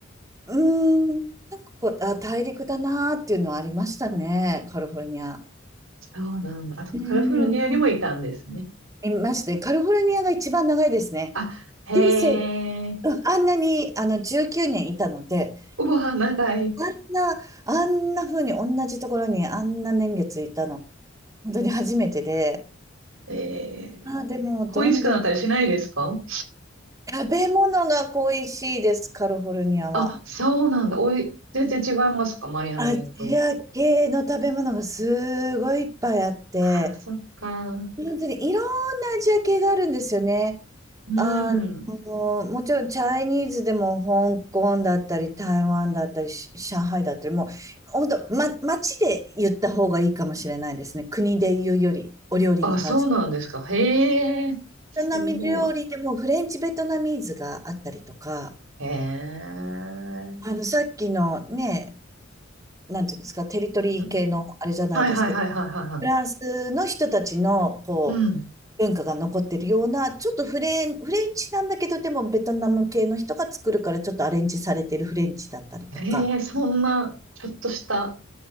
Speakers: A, on the right; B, on the right.
A: うーん、なんかこう、あ、大陸だなーっていうのはありましたね、カリフォルニア。
B: そうなんだ。あ、とカリフォルニアにもいたんですね。
A: うん。いましたね。カリフォルニアが一番長いですね。
B: あ、へ
A: 人生、
B: え。
A: うんあんなに、あの、19年いたので、
B: うわ、長い。
A: あんな、あんな風に同じところにあんな年月いたの、本当に初めてで、
B: ええ。
A: あー、でも、
B: 恋しくなったりしないですか
A: どんどん食べ物が恋しいです、カリフォルニアは。
B: あ、そうなんだ。おい、全然違いますかマイアミと。
A: アジア系の食べ物がすごいいっぱいあって、
B: あ、そっか。
A: 本当にいろんなアジア系があるんですよね。
B: うん。
A: あの、もちろんチャイニーズでも香港だったり、台湾だったり、し上海だったり、もう本当、ま、街で言った方がいいかもしれないですね。国で言うより、お料理に関して。
B: あ、そうなんですか。へえ。すご
A: ベトナム料理でもフレンチベトナミーズがあったりとか、
B: い。へえ。
A: あの、さっきのね、なんていうんですか、テリトリー系のあれじゃないですけど、
B: うんはいはいはいはいはいは
A: フランスの人たちの、こ
B: い。うん。
A: 文化が残ってるような、ちょっとフレン、フレンチなんだけど、でもベトナム系の人が作るからちょっとアレンジされてるフレンチだったりとか、
B: へえ、そんな、ちょっとした